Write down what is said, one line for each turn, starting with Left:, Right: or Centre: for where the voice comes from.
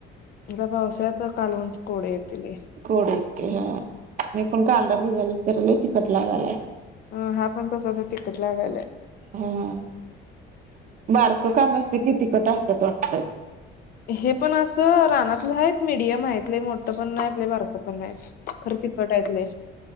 Left: त पावसा्यात कालवं कोडे येतील लय.
Right: कोडे ते हा मी पण कांदा भीजायला चराल तिकट लागालाय.
Left: अ हा पण कसाच तिकट लागायलाय.
Right: हा बारक कांदा असते त तिकट असतात वाटतं.
Left: हे पण अस रानातलं आहेत मीडियम आहेत. मोठ पण नाहीले बारकं पण नाही खर तिखट आहेत लय.